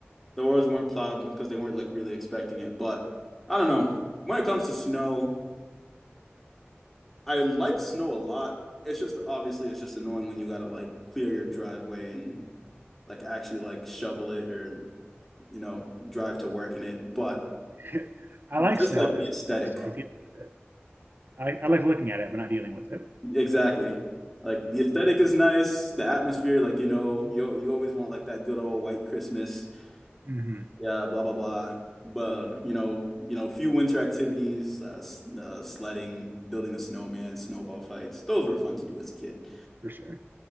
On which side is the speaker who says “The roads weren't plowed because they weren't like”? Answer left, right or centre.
Centre